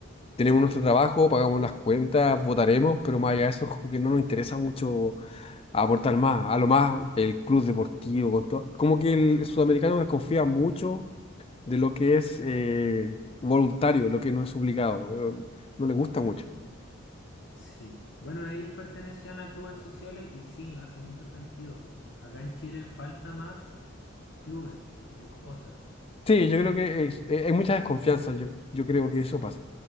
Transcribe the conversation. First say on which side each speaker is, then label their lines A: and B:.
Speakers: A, on the left; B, on the left.
A: tenemos nuestro trabajo, pagamos las cuentas, votaremos, pero más allá de eso <laughs> como que no nos interesa mucho aportar más. A lo más el club
B: Sí.
A: deportivo, con todo- como que el sudamericano desconfía mucho de lo que es eh, voluntario, lo que no es obligado. eh, No le gusta mucho.
B: Sí. Bueno, ellos pertenecían a clubes sociales y sí, me hace mucho sentido. Acá en Chile falta más clubes de cosas.
A: Sí, yo creo que es- eh, hay mucha desconfianza, yo, yo creo que eso pasa.